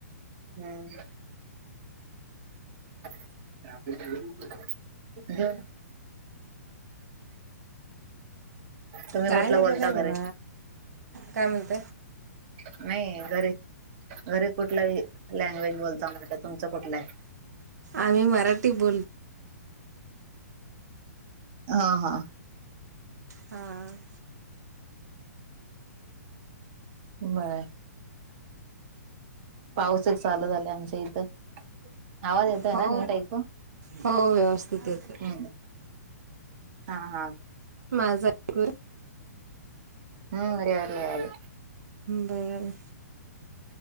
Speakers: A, on the right; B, on the right.
A: हम्म ह तुम्ही
B: काय
A: कुठला
B: न
A: बोलता
B: बघण इन
A: घरी
B: काय म्हणत
A: नाही घरी घरी कुठलाही लँग्वेज बोलता म्हटलं तुमचं कुठलं आहे
B: आम्ही मराठी बोलतो
A: हा हा
B: हां
A: बरं पाऊसच चालू झालं आमच्या इथं आवाज येतो आहे
B: हो
A: ना नट एकको
B: हो व्यवस्थित येते
A: हम्म हा हा.
B: माझाक.
A: हम्म मर र आहे.
B: बरं